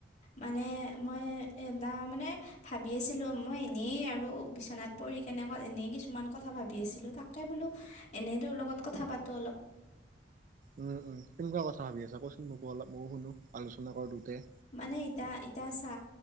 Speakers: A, on the left (about 40°); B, on the right (about 45°).
A: মানে মই এ তাৰমানে ভাবি আছিলোঁ মই এনেই আৰু বিচনাত পৰি কেনেকৈ এনেই কিছুমান কথা ভাবি আছিলোঁ তাকে বোলো এনেই তোৰ লগত কথা পাতো অলপ।
B: উম, উম, কেনকুৱা কথা ভাবি ক'চোন মোকো অলপ ময়ো শুনো আলোচনা কৰো দুয়োতায়।
A: মানে এইটা এইটা চা